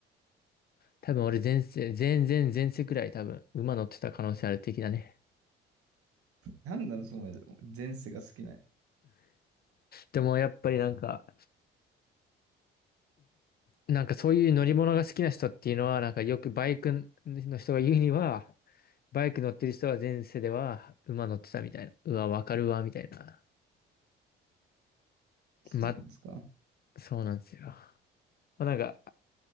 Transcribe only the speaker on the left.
多分俺前世、前前前世くらい多分馬乗ってた可能性ある的だね。
でもやっぱりなんか、なんかそういう乗り物が好きな人っていうのは、なんかよくバイクの人が言うには、バイク乗ってる人は前世では馬乗ってたみたいな。うわ、わかるわ、みたいな。
ま、そうなんですよ。まあ、なんか、